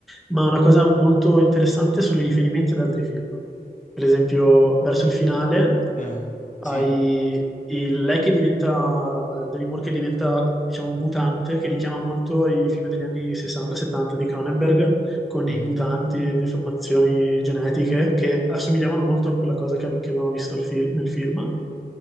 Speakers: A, in the centre; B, on the left.
A: ma una cosa molto interessante sono i riferimenti ad altri film. Per esempio, verso il finale
B: Eh, sì.
A: hai il- lei che diventa, eh, Demi Moore che diventa, diciamo, un mutante, che richiama molto i film degli anni 60-70 di Cronenberg, con
B: Mhm.
A: i mutanti e deformazioni genetiche che assomigliavano molto a quella cosa che, che abbiamo visto il fil- nel film.